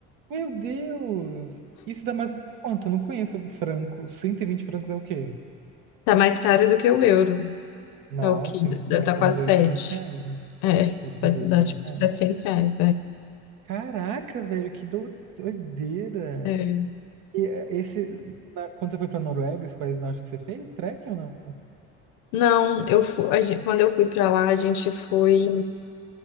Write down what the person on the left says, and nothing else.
Tá mais caro do que o euro.
Tá o quê?
Deve
estar
quase
sete.
É,
vai
dar tipo
700 reais,
é. É.
Não, eu fui, a gente, quando eu fui pra lá, a gente foi,